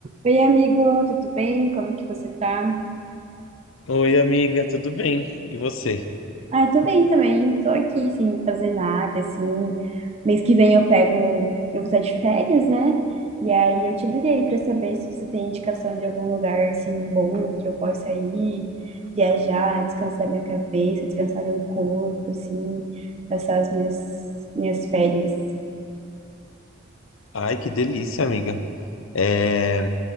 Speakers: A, on the right; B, on the left.
A: Oi, amigo, tudo bem? Como que você tá?
B: Oi, amiga, tudo bem? E você?
A: Ai, tô bem também. Tô aqui sem fazer nada, assim. Mês que vem eu pego, eu vou estar de férias, né? E aí eu te liguei pra saber se você tem indicação de algum lugar assim bom que eu possa ir, viajar, descansar minha cabeça, descansar meu corpo, assim, passar as minhas minhas férias.
B: Ai, que delícia, amiga. É,